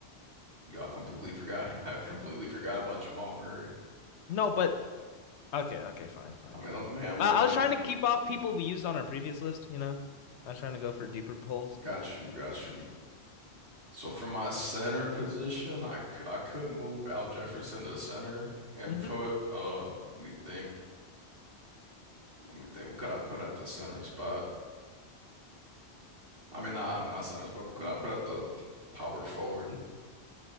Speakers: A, on the right; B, on the left.
A: yo, I completely forgot. <laughs> I completely forgot about Jamal Murray.
B: No, but okay, okay, fine, fine,
A: I mean,
B: fine.
A: i man, I'm
B: Uh,
A: the man's
B: I was trying to keep off people we used on our previous list, you know. I was trying to go for deeper polls,
A: Got
B: but
A: you, got you. So for my center position, I, c- I could move Al Jefferson to center and
B: Mhm.
A: put uh, let me think, let me think. What could I put at the center spot? I mean, not I mean not center spot. What could I put at the power forward?